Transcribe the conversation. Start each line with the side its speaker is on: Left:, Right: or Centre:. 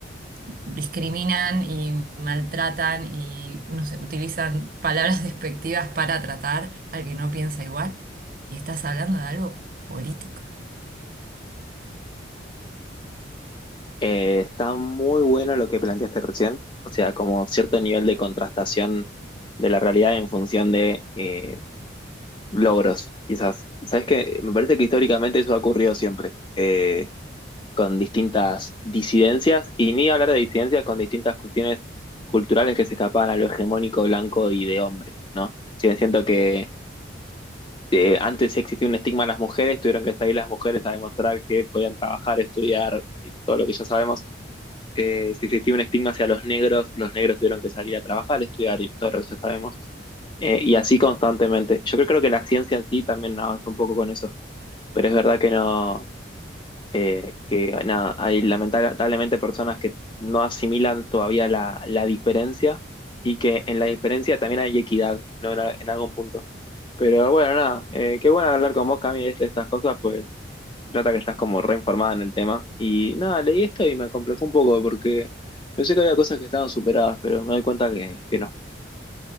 Right: discriminan y maltratan y, no sé, utilizan palabras <laughs> despectivas para tratar al que no piensa igual. Y estás hablando de algo político.
Left: Eh, está muy bueno lo que planteaste recién, o sea, como cierto nivel de contrastación de la realidad en función de eh, logros, quizás. Sabes que me parece que históricamente eso ha ocurrido siempre, eh, con distintas disidencias, y ni hablar de disidencias con distintas cuestiones culturales que se escapaban a lo hegemónico blanco y de hombre, ¿no? Sí, siento que eh, antes existía un estigma a las mujeres, tuvieron que salir las mujeres a demostrar que podían trabajar, estudiar y todo lo que ya sabemos eh, si existía un estigma hacia los negros, los negros tuvieron que salir a trabajar, estudiar y todo eso sabemos. Eh, y así constantemente. Yo creo, creo que la ciencia en sí también avanza un poco con eso, pero es verdad que no, eh, que nada, hay lamentablemente personas que no asimilan todavía la, la diferencia y que en la diferencia también hay equidad, ¿no? En, a- en algún punto. Pero bueno, nada, eh, qué bueno hablar con vos, Cami, de estas cosas, pues se trata que estás como reinformada en el tema. Y nada, leí esto y me complejó un poco porque pensé que había cosas que estaban superadas, pero me doy cuenta que, que no.